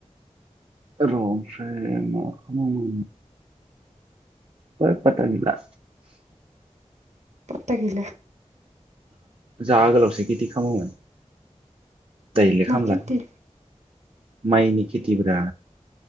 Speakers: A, on the right; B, on the right.
A: र' ओमफ्राय मा खालामो ओमफ्राय फादथा गैला।
B: फादथा गैला।
A: जाहा आगोलावसो खिटि खालामोमोन। दायोलाय
B: मा
A: खालामला।
B: खेथि
A: माइनि खेथिब्रा।